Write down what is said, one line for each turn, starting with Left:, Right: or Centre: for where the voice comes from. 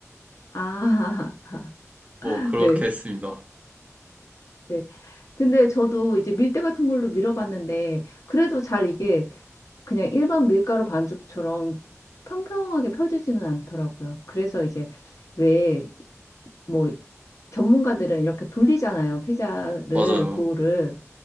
Left: 아,
Right: 뭐
Left: <laughs>
Right: 그렇게
Left: 네.
Right: 했습니다.
Left: 네. 근데 저도 이제 밀대 같은 걸로 밀어봤는데 그래도 잘 이게 그냥 일반 밀가루 반죽처럼 평평하게 펴지지는 않더라고요. 그래서 이제 왜 뭐 전문가들은 이렇게 돌리잖아요. 피자를
Right: 맞아요.
Left: 도우를.